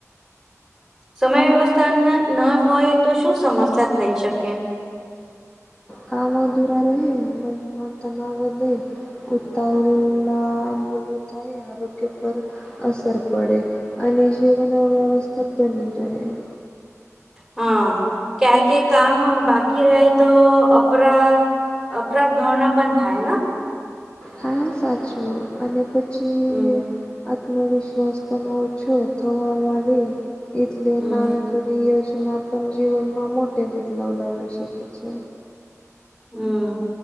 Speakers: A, in the centre; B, on the left.
A: સમય વ્યવસ્થા ન ન હોય તો શું સમસ્યા થાય શકે?
B: કામ અધુરા રહે, મનમાં તનાવ વધે. ઉતાવલા ભૂલું થાય, આરોગ્ય પર અસર પડે. અને જીવન અવ્યવસ્થિત બની જાય એમ.
A: હા ક્યારકે કામ બાકી રહે તો અપરા અપરાધ ભાવના પણ થાય ન?
B: હા સાચું, અને પછી
A: હમ્મ.
B: આત્મવિશ્વાસ પણ ઓછો થવા લાગે એથલે
A: હમ
B: ના નીક તે યોજના પણ જીવનમાં મોટી બદલાવ લાવી સકે છે.
A: હમ્મ